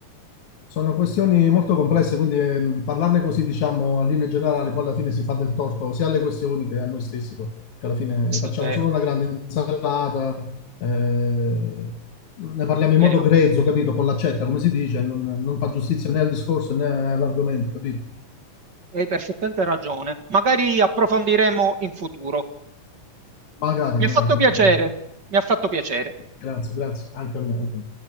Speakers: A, on the left; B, on the right.
A: Sono questioni molto complesse, quindi ehm, parlarne così, diciamo, a linea generale, poi alla fine si fa del torto sia alle questioni che a noi stessi, poi, che alla fine
B: Questo
A: facciamo
B: è vero,
A: solo una grande insalata, eh, ne parliamo in
B: vero.
A: modo grezzo, capito? Con l'accetta, come si dice, non, non fa giustizia né al discorso né all'argomento, capito?
B: Hai perfettamente ragione. Magari approfondiremo in futuro.
A: Magari,
B: Mi
A: magari,
B: ha fatto piacere,
A: ok, va bene.
B: mi ha fatto piacere.
A: Grazie, grazie, anche a me. Anche a me.